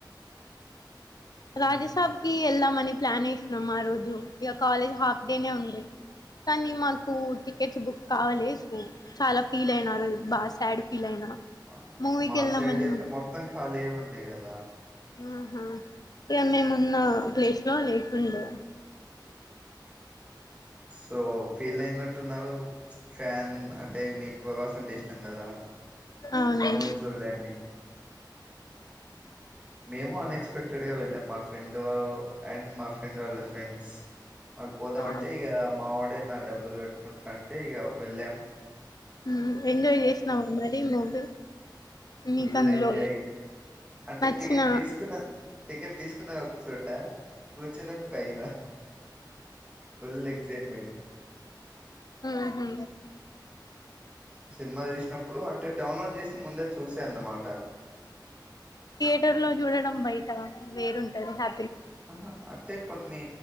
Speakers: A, on the right; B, on the left.
A: మ్మ్.
B: రాజా సాబ్ కి ఎల్దాం మని ప్లాన్ వేసినము ఆ రోజు ఇక కాలేజ్ హాఫ్ డేనే ఉండే కానీ మాకు టికెట్స్ బుక్ కాలే సో చాలా ఫీల్ అయినా ఆ రోజు బాగా సాడ్ ఫీల్ అయినా
A: ఆ
B: మూవీకి
A: మా
B: వెళ్దామని
A: సైడ్ అయితే మొత్తం ఖాళీ యే ఉండే ఉండే కదా
B: ఉహు ఏం మేమున్న ప్లేస్ నో లేకుండే
A: సో ఫీల్ అయినట్ తున్నా <unintelligible> ఓ ఫ్యాన్ అంటే మీకు ప్రభాస్ అంటే ఇష్టం కదా
B: అవును
A: మూవీ చూడ్డానికి మేము అన్ ఎక్స్పెక్టెడ్ గా వెళ్ళాం మా ఫ్రెండు అండ్ మా ఫ్రెండ్ వాళ్ళ ఫ్రెండ్స్ వాళ్ళు పోదామంటే
B: ఆ
A: ఇక మా వాడే నా డబ్బులు పెట్టుకుంటానుంటే ఇక వెళ్ళాము
B: హు ఎంజాయ్ చేసినావ మరి మూవీ
A: ఫుల్
B: నీకు అందులో
A: ఎంజాయ్ అంటే
B: నచ్చిన
A: టికెట్ తీసుకున్న టికెట్ తీసుకునే ఒక చోట కూర్చున్నట్టనా ఫుల్ ఎగ్జాక్ట్మేంట్
B: ఉహు
A: సినిమా చూసినప్పుడు అంటే డౌన్లోడ్ చేసి ముందు చూస్త తున్న మాట
B: త్రీహెటర్లో చూడడం బయట వేరుఉంటది హ్యా
A: అహా అంటే కొన్ని